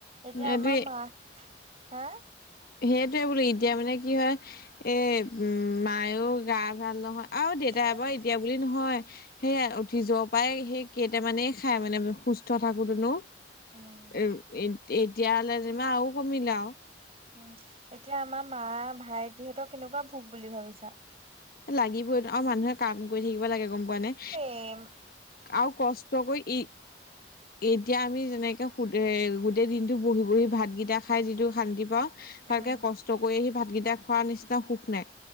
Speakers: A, on the right; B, on the left.
A: এতিয়া আমাৰ
B: এইটোৱে
A: মা হা!
B: সেইটোৱে বোলো এতিয়া মানে কি হয়, এ উম মায়ও গা ভাল নহয়। আৰু দেউতা
A: উম
B: বাৰু এতিয়া বুলি নহয়। সেয়াই উঠি যোৱা পৰাই সেই কেইটামানে খাই মানে সুস্থ থাকোতেনো।
A: উম
B: এ এ এতিয়া হলে যেমা আৰু কমিল আৰু।
A: উম এতিয়া আমাৰ মা, ভাইটিহতক কেনেকুৱা ভোক বুলি ভাবিছা?
B: লাগিবই আৰু মানুহে কাম কৰি থাকিব লাগে গম পোৱা নে?
A: এম
B: আৰু কষ্ট কৰি ই এতিয়া আমি যেনেকে শুদে গোটেই দিনটো বহি বহি ভাতগিটা খাই যিটো শান্তি পাওঁ ভালকে
A: উম
B: কষ্ট কৰি আহি ভাতকেইটা খোৱাৰ নিচিনা সুখ নাই।